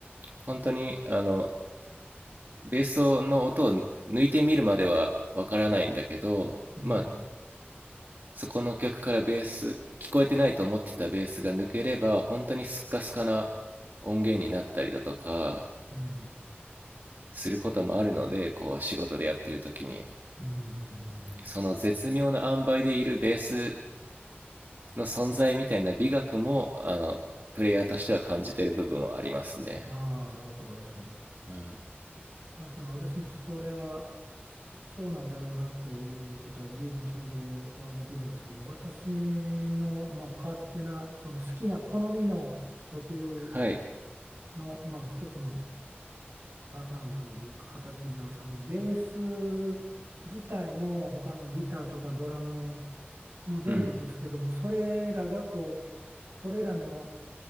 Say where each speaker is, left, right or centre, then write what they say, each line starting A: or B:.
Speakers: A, on the right (about 55°); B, on the right (about 75°).
A: 本当にあのベースの音を抜いてみるまではわからないんだけどまあ
B: うん、うん、
A: そこの曲からベース聞こえてないと思ってたベースが抜ければ本当にスッカスカな音源になったりだとか
B: うん、
A: することもあるので、こう仕事でやってる時に、
B: うん、
A: その絶妙な塩梅でいるベースの存在みたいな美学も、あの、プレイヤーとしては感じてる部分はありますね。
B: うん。ああー、なるほどね。
A: うん。
B: 確かに私もそれはそそうなんだろうなということは十分想像はできるんですけど私の、まあ、勝手なその好きな好みの曲
A: はい。
B: の、まあ、一つのパターンというか形がそのベース自体も他のギターとかドラムも全部ですけどもそれらがこうそれらの
A: うん。